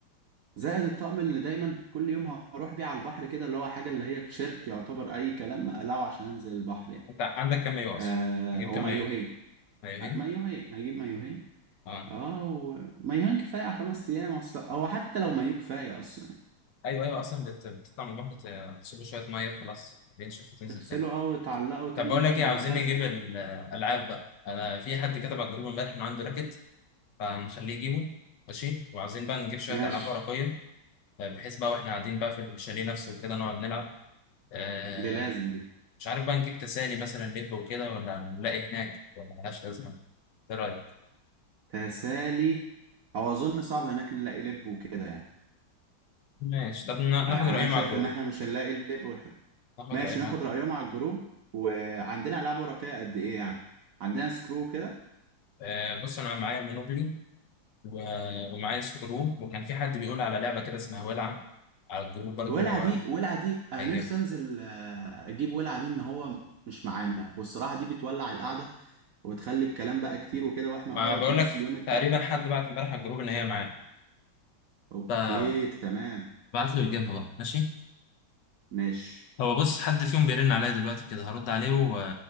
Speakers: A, on the right; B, on the left.
A: زائد الطقم اللي دايما كل يوم هروح بيه على البحر كده اللي هو حاجه اللي هي تيشيرت يعتبر اي كلام اقلعه عشان انزل البحر يعني
B: أنت عندك كام مايو
A: أه
B: أصلا تجيب
A: او
B: كام
A: مايوهين
B: مايو مايوهين
A: آه، مايوهين هجيب مايوهين
B: أه
A: اه ومايوهين كفايه على خمس ايام اصلا او حتى لو مايو كفايه اصلا يعني.
B: أيوه أيوه أصلا بت... بتطلع من الواحدة تغسله شوية مية خلاص بينشف وتنزل
A: تغسله
B: تاني
A: او تعلقه تاني
B: طب بقول
A: يوم
B: لك إيه
A: وهكذا
B: عاوزين نجيب الألعاب بقى أنا في حد كتب على الجروب إمبارح إنه عنده راكت فهنخليه يجيبه ماشي وعايزين بقى نجيب شوية
A: ماشي
B: ألعاب ورقية آه، بحيث بقى واحنا قاعدين بقى في الشاليه نفسه وكده نقعد نلعب آه،
A: دي لازم دي
B: مش عارف بقى نجيب تسالي مثلا لب وكده ولا نلاقي هناك ولا ملهاش لازمه ايه رايك
A: تسالي او اظن صعب هناك نلاقي لب وكده يعني
B: ماشي طب نا- ناخد
A: يعني
B: رايهم
A: انا شايف
B: على الجروب
A: ان احنا مش هنلاقي اللب والحاجة
B: ناخد
A: ماشي
B: رايهم
A: ناخد
B: على الجروب
A: رأيهم على الجروب وعندنا ألعاب ورقية قد ايه يعني عندنا سكرو كده
B: آه، بص انا معايا مونوبلي و- ومعايا سكرو وكان في حد بيقول على لعبه كده اسمها ولعه على الجروب برضو
A: ولع دي
B: آه،
A: ولع دي انا
B: هيجيب
A: نفسي انزل آه، اجيب ولع دي ان هو مش معانا والصراحة دي بتولع القعدة وبتخلي الكلام بقى كتير وكده واحنا
B: ما
A: اه
B: بقول
A: نص
B: لك
A: اليوم التاني
B: تقريبا حد بعت امبارح على الجروب ان هي معاه
A: اوكي
B: فهبعت
A: تمام
B: له يجيبها بقى ماشي
A: ماشي
B: هو بص حد فيهم بيرن عليا دلوقتي كده هرد عليه و...